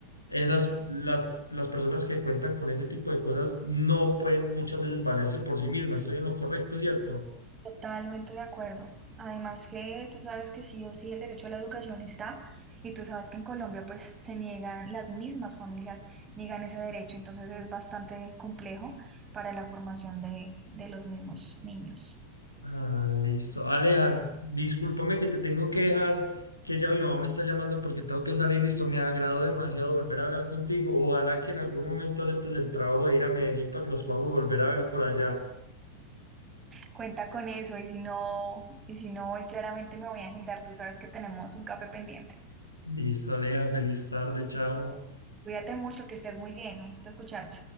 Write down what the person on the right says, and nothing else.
Totalmente de acuerdo. Además que tú sabes que sí o sí el derecho a la educación está y tú sabes que en Colombia pues se niegan, las mismas familias niegan ese derecho, entonces es bastante complejo para la formación de, de los mismos niños.
Cuenta con eso y si no, y si no, hoy claramente me voy a agendar, tú sabes que tenemos un café pendiente.
Cuídate mucho, que estés muy bien, un gusto escucharte.